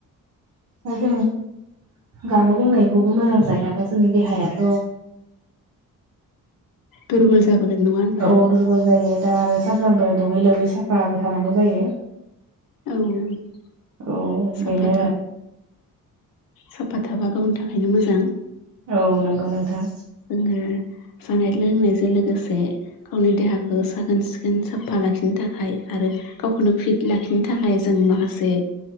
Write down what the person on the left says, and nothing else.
दुरगल जाबोगोन नङा होनबा?
औ <inaudible>
साफा
था साफा थाफा गावनि थाखायनो मोजां।
जोङो जानाय लोंनायजों लोगोसे गावनि देहाखौ साखोन-सिखोन साफा लाखिनो थाखाय आरो गावखौनो फिट लाखिनो थाखाय जों माखासे